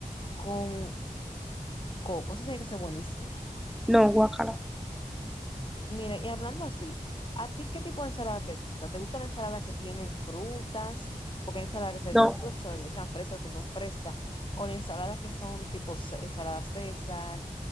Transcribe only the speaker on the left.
con coco, eso tiene que ser buenísimo.
Mira, y hablando así, ¿a ti qué tipo de ensalada te gusta? ¿Te gusta la ensalada que tienen frutas? Porque hay ensaladas que se le
echan frutas, se le echan fresas que son frescas, o la ensalada que son tipo ce- ensalada César.